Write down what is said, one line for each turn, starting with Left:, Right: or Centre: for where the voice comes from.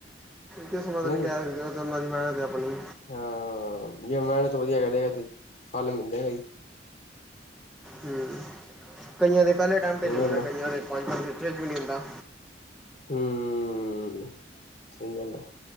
Centre: ਕਿਸਮਤ
Left: ਹਨਾ
Centre: ਨੀ
Left: ਜੀ
Centre: ਕਹਿ ਸਕਦੇ ਉਹ ਉਹਨਾਂ ਦੀ ਮਿਹਨਤ ਆਪਣੀ।
Left: ਹਾਂ ਜੇ ਮਿਹਨਤ ਵਧੀਆ ਕਰੇਗਾ ਤੇ ਫਲ ਮਿਲੇਗਾ ਈ।
Centre: ਹੂੰ ਕਈਆਂ ਦੇ ਪੈਲੇ ਟੈਮ
Left: ਸਹੀ
Centre: ਤੇ ਹੁੰਦਾ
Left: ਗੱਲ ਹੈ
Centre: ਕਈਆ ਪੰਜ-ਪੰਜ 'ਚ ਵੀ ਨਈ ਹੁੰਦਾ।
Left: ਹੂੰ ਸਹੀ ਗੱਲ ਹੈ।